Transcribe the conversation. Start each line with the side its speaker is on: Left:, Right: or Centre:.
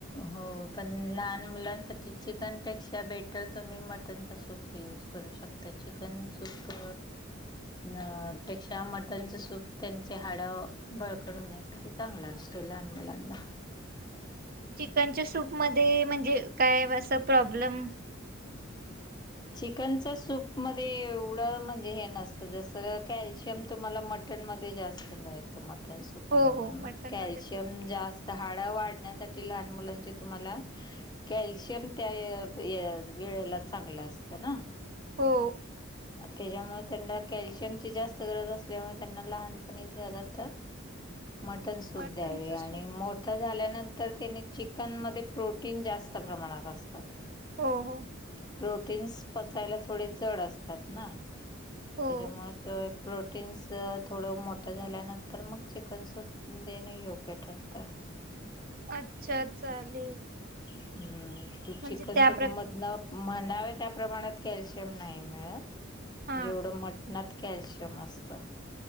Left: हो पण लहान मुलांसाठी चिकनपेक्षा बेटर तुम्ही मटनच सूप. यूज करू शकता चिकन सूप. अ पेक्षा मटणचे सूप त्यांचे हाड बळकट होण्या. ते चांगला असतो लहान मुलांना.
Right: चिकनच्या सूपमध्ये म्हणजे काय असं प्रॉब्लेम.
Left: चिकनच सूप मध्ये एवढं म्हणजे हे नसतं जस कॅल्शियम तुम्हाला मट मटन मध्ये जास्त मिळत मटन सूप
Right: हो
Left: मधून
Right: हो मटनमध्ये
Left: कॅल्शियम
Right: तर
Left: जास्त हाड वाढण्यासाठी लहान मुलांची तुम्हाला कॅल्शियम त्या वेळेला चांगलं असतं ना
Right: हो
Left: त्याज्यामुळ त्यांना कॅल्शियमची जास्त गरज असल्यामुळे त्यांना लहानपणी ज्यादा तर.
Right: <inaudible>
Left: मटन सूप
Right: मटनचं
Left: द्यावे आणि
Right: सूप
Left: मोठ. ठ झाल्यानंतर त्यांनी चिकन मध्ये प्रोटीन जास्त प्रमाणात असतात.
Right: हो हो.
Left: प्रोटीन्स पचायला थोडे जड असतात ना
Right: हो
Left: त्याच्यामुं. तर प्रोटीन्स थोडं मोठं झाल्यानंतर मग चिकन सूप देणं योग्य ठरतं.
Right: अच्छा चालेल.
Left: हम्म तू
Right: म्हणजे
Left: चिकन
Right: त्या
Left: सूप
Right: प्र
Left: मध ना‌. म्हडाव त्या प्रमाणात कल्शियम नाही मिळत
Right: हा
Left: जेवढ मठ नात कॅल्शियम असतं.